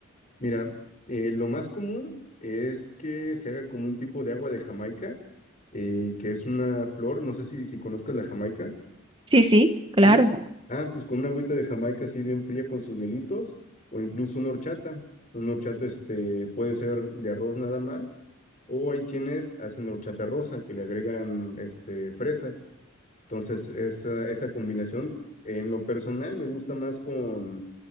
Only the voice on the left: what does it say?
Mira, eh, lo más común es que se haga como un tipo de agua de Jamaica, eh, que es una flor, no sé si, si conozcas la Jamaica.
Sí. Ah, pues con una agüita de Jamaica así bien fría con sus hielitos, o incluso una horchata. Una horchata este, puede ser de arroz nada más, o hay quienes hacen horchata rosa, que le agregan este, fresas. Entonces, esa, esa combinación, en lo personal, me gusta más con,